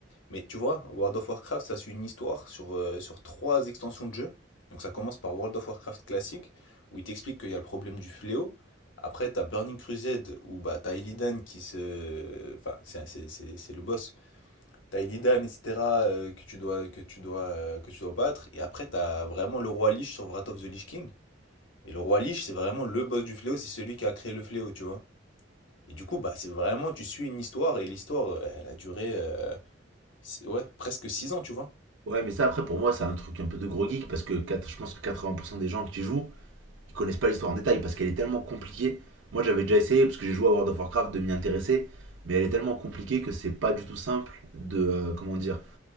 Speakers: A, on the left; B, on the right.
A: Mais tu vois, World of Warcraft, ça suit une histoire sur, euh, sur trois extensions de jeu. Donc ça commence par World of Warcraft classique, où il t'explique qu'il y a le problème du fléau. Après, t'as Burning Crusade, où bah, t'as Illidan qui se... Enfin, c'est c'est- c'est- c'est le boss. T'as Illidan, etc., euh, que tu dois, que tu dois, euh, que tu dois battre. Et après, t'as vraiment le roi Lich sur Wrath of the Lich King. Et le roi Lich, c'est vraiment le boss du fléau, c'est celui qui a créé le fléau, tu vois. Et du coup, bah, c'est vraiment, tu suis une histoire, et l'histoire, euh, elle a duré, euh, six- ouais, presque 6 ans, tu vois.
B: Ouais, mais ça après pour moi c'est un truc un peu de gros geek parce que quatre- je pense que 80% des gens qui jouent ils connaissent pas l'histoire en détail parce qu'elle est tellement compliquée. Moi, j'avais déjà essayé parce que j'ai joué à World of Warcraft de m'y intéresser, mais elle est tellement compliquée que c'est pas du tout simple de euh, comment dire,